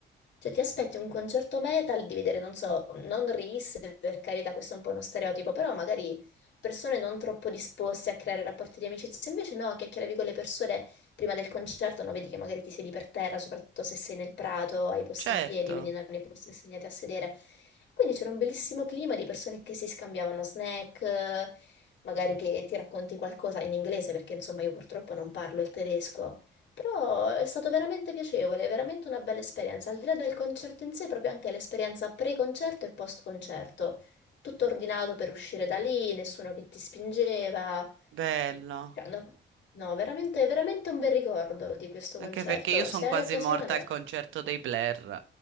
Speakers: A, on the left; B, on the right.
A: cioè ti aspetti un concerto metal di vedere, non so, non Reels, per carità questo è un po' uno stereotipo, però magari persone non troppo disposte a creare rapporti di amicizia, invece no, chiacchieravi con le persone prima del concerto, no, vedi che magari ti siedi per terra, soprattutto se sei nel prato, hai i posti
B: Certo,
A: in piedi, quindi non hai i posti assegnati a sedere. Quindi c'era un bellissimo clima di persone che si scambiavano snack, eh, magari che ti racconti qualcosa in inglese, perché insomma io purtroppo non parlo il tedesco. Però è stato veramente piacevole, è veramente una bella esperienza, al di là del concerto in sé, proprio anche l'esperienza pre-concerto e post-concerto tutto ordinato per uscire da lì, nessuno che ti spingeva.
B: bello.
A: Cioè, no, no, veramente, veramente un bel ricordo di questo
B: Anche
A: concerto.
B: perché io sono
A: Se
B: quasi
A: hai occasione.
B: morta al concerto dei Blair,